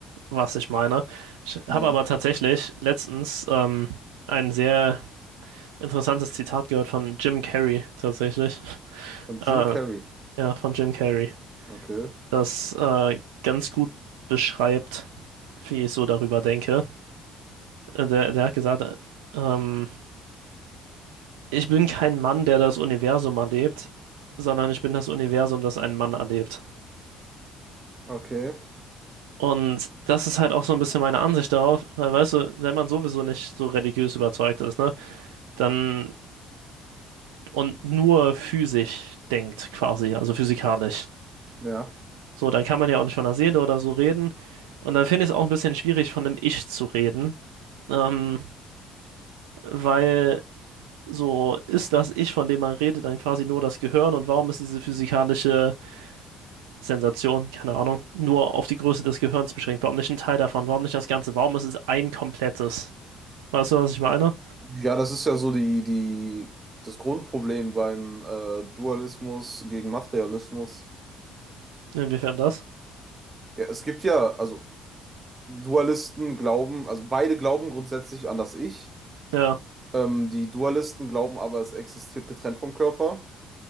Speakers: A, on the right; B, on the right.
A: was ich meine. Ich
B: Ja,
A: habe aber tatsächlich letztens ähm, einen sehr interessantes Zitat gehört von Jim Carrey tatsächlich.
B: von Jim
A: Äh,
B: Carrey.
A: ja, von Jim Carrey.
B: Okay,
A: Das äh, ganz gut beschreibt, wie ich so darüber denke. Äh, Der, der hat gesagt, äh, ähm, ich bin kein Mann, der das Universum erlebt, sondern ich bin das Universum, das einen Mann erlebt.
B: okay,
A: Und das ist halt auch so ein bisschen meine Ansicht darauf, weil weißt du, wenn man sowieso nicht so religiös überzeugt ist, ne, dann und nur physisch denkt quasi, also physikalisch,
B: ja.
A: So, dann kann man ja auch nicht von der Seele oder so reden. Und dann finde ich es auch ein bisschen schwierig, von einem Ich zu reden. Ähm, weil so ist das Ich, von dem man redet, dann quasi nur das Gehirn. Und warum ist diese physikalische Sensation, keine Ahnung, nur auf die Größe des Gehirns beschränkt? Warum nicht ein Teil davon? Warum nicht das Ganze? Warum ist es ein komplettes? Weißt du, was ich meine?
B: Ja, das ist ja so die, die, das Grundproblem beim äh, Dualismus gegen Materialismus.
A: Inwiefern das?
B: Ja, es gibt ja, also Dualisten glauben, also beide glauben grundsätzlich an das Ich.
A: Ja,
B: Ähm, die Dualisten glauben aber, es existiert getrennt vom Körper.